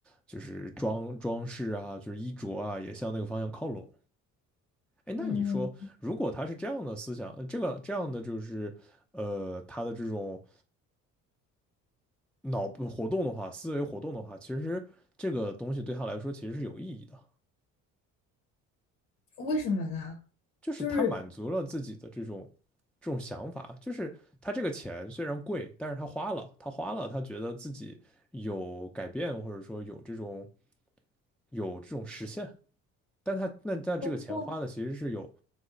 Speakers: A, in the centre; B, on the left.
A: 就是装装饰啊，就是衣着啊，也向那个方向靠拢。哎，那你说，
B: 嗯，
A: 如果他是这样的思想，呃这个这样的就是，呃，他的这种。脑部活动的话，思维活动的话，其实这个东西对他来说其实是有意义的，
B: 为什么呢？
A: 就是他满足了自己的这种
B: 就是
A: 这种想法，就是他这个钱虽然贵，但是他花了，他花了，他觉得自己有改变，或者说有这种有这种实现，但他那他这个钱花的其实是有
B: 收获，